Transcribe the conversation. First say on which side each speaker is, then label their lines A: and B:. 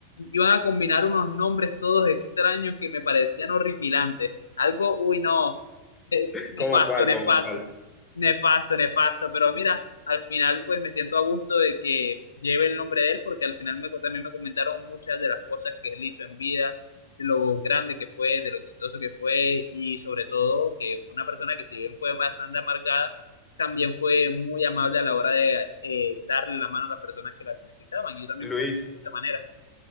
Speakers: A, on the left; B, on the left.
A: iban a combinar unos nombres todos extraños que me parecían horripilantes. Algo, uy, no.
B: <laughs>
A: Nefasto,
B: ¿Cómo cuál,
A: nefasto,
B: cómo cuál?
A: nefasto, nefasto, pero mira, al final pues me siento a gusto de que lleve el nombre de él porque al final me, también me comentaron muchas de las cosas que él hizo en vida, de lo grande que fue, de lo exitoso que fue y sobre todo que fue una persona que si bien fue bastante amargada, también fue muy amable a la hora de eh, darle la mano a las personas que las necesitaban y yo también
B: Luis,
A: me considero de esta manera.